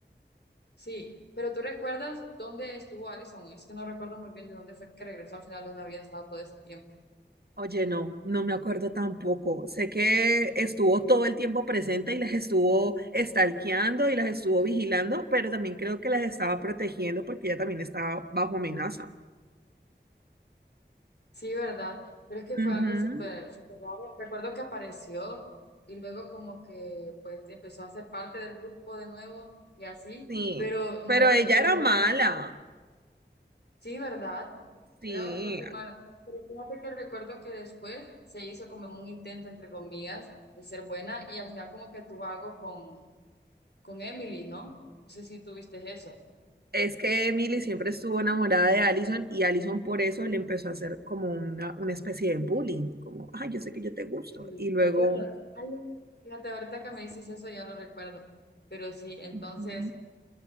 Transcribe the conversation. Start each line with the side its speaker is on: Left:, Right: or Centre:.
Left: Sí, pero tú recuerdas dónde estuvo Allison, es que no recuerdo muy bien de dónde fue que regresó al final, dónde había estado todo ese tiempo.
Right: Oye, no, no me acuerdo tampoco. Sé que estuvo todo el tiempo presente y las estuvo stalkeando y las estuvo vigilando, pero también creo que las estaba protegiendo porque ella también estaba bajo amenaza.
Left: Sí, ¿verdad? Pero es que fue
Right: Ujú,
Left: algo súper, súper raro. Recuerdo que apareció y luego como que pues empezó a ser parte del grupo de nuevo y así,
Right: sí,
Left: pero no
Right: pero
Left: recuerdo.
Right: ella era mala.
Left: en- Sí, ¿verdad?
Right: Sí,
Left: Era bastante mala Pero fíjate que recuerdo que después se hizo como en un intento, entre comillas, de ser buena y al final como que tuvo algo con, con Emily, ¿no? No sé si tuviste eso.
Right: es que Emily siempre estuvo enamorada de Allison y Allison por eso le empezó a hacer como una, una especie de bullying, como, ay, yo sé que yo te gusto.
Left: Sí,
Right: Y luego,
Left: es cierto. Ay, fíjate, ahorita que me dices eso ya lo recuerdo. Pero sí, entonces...
Right: Ujú.